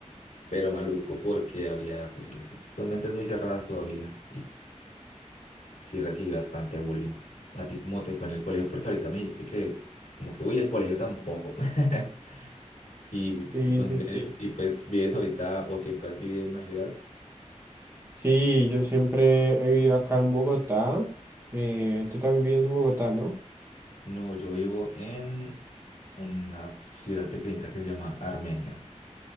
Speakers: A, on the left; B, on the right.
A: pero maluco porque había, pues no sé, son mentes muy cerradas todavía sí recibí bastante bullying. ¿A ti cómo te fue en el colegio? Porque ahorita me dijiste que, como que, uy, el colegio tampoco. <laughs> Y
B: Sí,
A: dónde
B: sí, sí.
A: y pues vives ahorita o siempre has vivido en una ciudad.
B: Sí, yo siempre he vivido acá en Bogotá. Eh, tú también vives en Bogotá, ¿no?
A: No, yo vivo en una ciudad pequeñita que se llama Armenia,